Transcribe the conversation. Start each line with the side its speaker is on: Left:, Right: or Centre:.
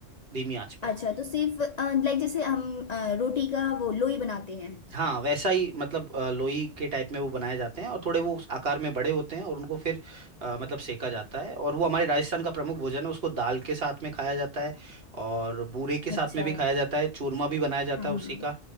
Right: धीमी आंच पर
Left: अच्छा तो सिर्फ लाइक जैसे हम अ, रोटी का वो लोई बनाते हैं
Right: हाँ वैसा ही मतलब अ, लोई के टाइप में वो बनाए जाते हैं और थोड़े वो उस आकार में बड़े होते हैं और उनको फिर अ, मतलब सेका जाता है और वो हमारे राजस्थान का प्रमुख भोजन है उसको दाल के साथ में खाया जाता है और बूरे के
Left: अच्छा
Right: साथ में भी खाया जाता है चूरमा भी बनाया जाता
Left: हाँ
Right: है उसी
Left: हाँ
Right: का